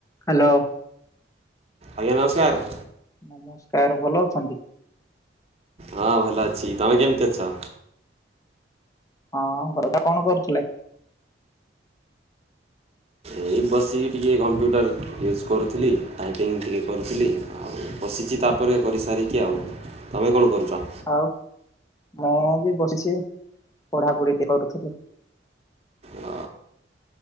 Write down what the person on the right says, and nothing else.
ଆଜ୍ଞା, ନମସ୍କାର।
ହଁ ଭଲ ଅଛି ତମେ କେମିତି ଅଛ?
ଏଇ ବସିକି ଟିକେ କମ୍ପ୍ୟୁଟର ଇଉଜ୍ କରୁଥିଲି, ଟାଇପିଙ୍ଗ୍ ଟିକେ କରୁଥିଲି, ଆଉ ବସିଚି ତାପରେ କରିସାରିକି ଆଉ ତମେ କଣ କରୁଛ?
ଅ